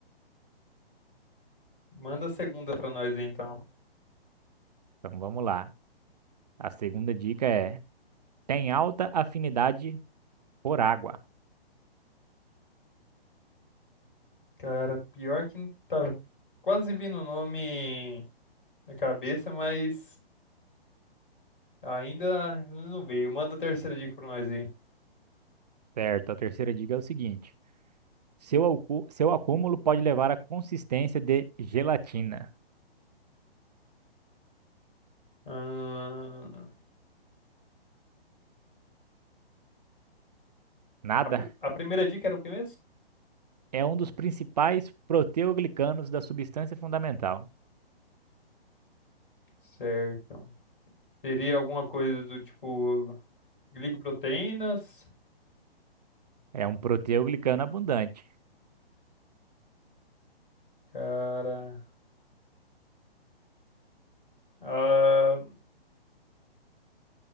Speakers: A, on the left (about 55°); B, on the right (about 40°).
A: Manda a segunda pra nós então.
B: Então vamos lá. A segunda dica é: tem alta afinidade por água.
A: Cara, pior que não tá quase vindo o nome na cabeça, mas ainda não veio. Manda a terceira dica pra nós aí.
B: Certo? A terceira dica é o seguinte. Seu, alcu- seu acúmulo pode levar à consistência de gelatina.
A: Ahn,
B: Nada
A: A, pr- a primeira dica era o que mesmo?
B: é um dos principais proteoglicanos da substância fundamental.
A: Certo. Seria alguma coisa do tipo glicoproteínas?
B: É um proteoglicano abundante.
A: Cara. Ah,